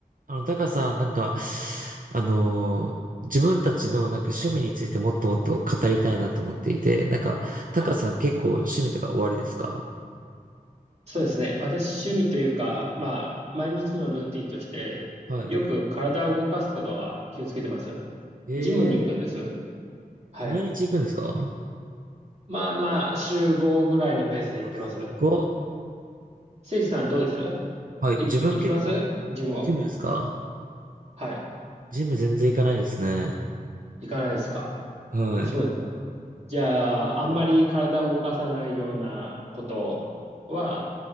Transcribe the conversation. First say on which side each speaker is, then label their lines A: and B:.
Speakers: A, on the right; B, on the right.
A: あの、タカさん、なんか、あのー自分たちのなんか趣味についてもっともっと語りたいなと思っていて、なんか、タカさん結構趣味とか終わりですか
B: あ、そうですね。私、趣味というか、まあ、毎日のルーティンとして、
A: はい。
B: よく体を動かすことは気をつけてます。
A: え
B: ジムに行くんです。はい。
A: ー、毎日行くんですか
B: まあまあ、週5ぐらいのペースで行ってます。
A: うわすごっ。
B: せいじさんどうです
A: はい。
B: 行き、
A: 自分結構、
B: 行きますジムは。
A: ジムですか
B: はい。
A: ジム全然行かないですね。
B: 行かないですか
A: はい。
B: そうですか。じゃあ、あんまり体を動かさないようなことは、